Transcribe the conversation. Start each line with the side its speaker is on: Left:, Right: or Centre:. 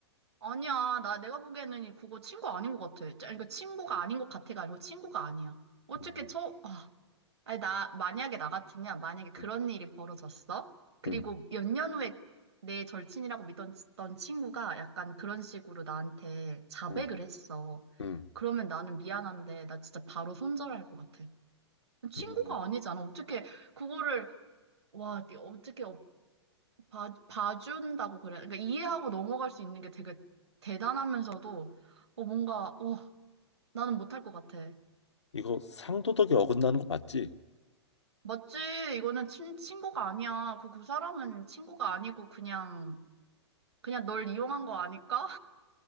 Right: 아니야 나 내가 보기에는 이- 그거 친구 아닌 것 같아. 짜- 그러니까 친구가 아닌 것 같아가 아니고 친구가 아니야. 어떻게
Left: 음,
Right: 저 아. 아니, 나, 만약에 나 같으면, 만약에 그런
Left: 음,
Right: 일이 벌어졌어? 그리고
Left: 음,
Right: 몇 년 후에 내 절친이라고 믿던 던 친구가 약간 그런 식으로 나한테 자백을
Left: 음,
Right: 했어.
Left: 음.
Right: 그러면 나는 미안한데, 나 진짜 바로 손절할 것 같아. 친구가
Left: 음.
Right: 아니잖아. 어떻게, 그거를, 와, 네 어떻게 어- 봐, 봐준다고 그래. 그러니까 이해하고 넘어갈 수 있는 게 되게 대단하면서도, 어, 뭔가, 어, 나는 못할 것 같아.
Left: 이거 상도덕이 어긋나는 거 맞지?
Right: 맞지? 이거는 친, 친구가 아니야. 그, 그 사람은 친구가 아니고 그냥, 그냥 널 이용한 거 아닐까?